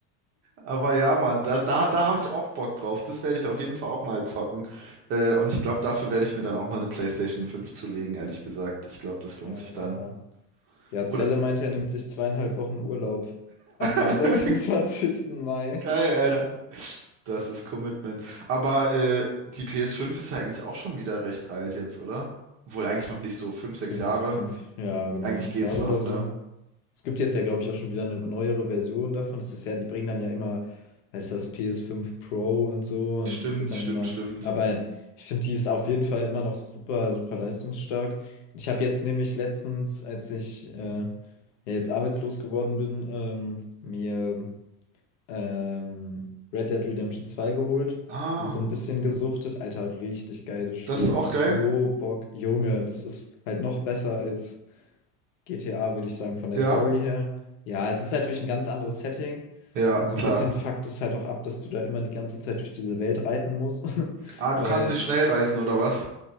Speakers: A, on the right (about 40°); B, on the left (about 85°).
A: Aber ja, Mann, da, da, da habe ich auch Bock drauf. Das werde ich auf jeden Fall auch mal zocken. Äh, und ich glaube, dafür werde ich mir dann auch mal eine PlayStation fünf zulegen, ehrlich gesagt. Ich glaube, das lohnt
B: Ja,
A: sich dann.
B: mach mal. Ja, Zelle
A: Oder?
B: meinte, er nimmt sich zweieinhalb Wochen Urlaub ab dem
A: <laughs>
B: 26. Mai.
A: Geil, Alter. Das ist Commitment. Aber äh, die ps fünf ist ja eigentlich auch schon wieder recht alt jetzt, oder? Obwohl eigentlich noch nicht so fünf,
B: Fünf,
A: sechs Jahre.
B: fünf, ja, genau,
A: Eigentlich
B: fünf
A: geht's
B: Jahre
A: noch,
B: oder so.
A: ne?
B: Es gibt jetzt ja, glaube ich, auch schon wieder eine neuere Version davon. Es ist ja, die bringen dann ja immer, heißt das ps fünf Pro und so, und
A: Stimmt,
B: das wird dann
A: stimmt,
B: immer.
A: stimmt.
B: Aber ich finde, die ist auf jeden Fall immer noch super, super leistungsstark. Und Ich habe jetzt nämlich letztens, als ich äh, ja, jetzt arbeitslos geworden bin, ähm, mir ähm, Red Dead Redemption zwei geholt
A: Ah,
B: und so ein bisschen gesuchtet. Alter, richtig geiles Spiel.
A: das ist
B: Das
A: auch
B: macht
A: geil.
B: so Bock. Junge, das ist halt noch besser als GTA, würde ich sagen, von der
A: Ja,
B: Story her. Ja, es ist natürlich ein ganz anderes Setting.
A: ja,
B: Und so
A: klar.
B: ein bisschen fuckt es halt auch ab, dass du da immer die ganze Zeit durch diese Welt reiten musst. <laughs>
A: Ah, du
B: Weil
A: kannst nicht schnell reisen oder was?